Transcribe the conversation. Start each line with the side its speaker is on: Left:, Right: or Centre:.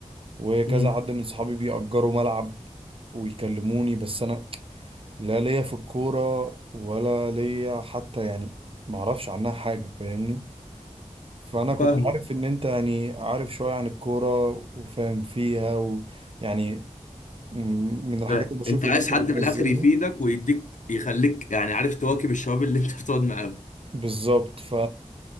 Right: وكذا
Left: امم
Right: حد من صحابي بيأجروا ملعب ويكلموني بس انا لا ليا في الكورة ولا ليا حتى يعني معرفش عنها حاجة فاهمني فانا كنت
Left: فاهمه
Right: عارف ان انت يعني عارف شوية عن الكورة وفاهم فيها ويعني م- من الحاجات
Left: فاهم
Right: اللي بشوف
Left: انت عايز
Right: ان انت
Left: حد
Right: بتنزلها
Left: من الاخر يفيدك ويديك يخليك يعني عارف تواكب الشباب اللي انت بتقعد معاهم
Right: بالظبط ف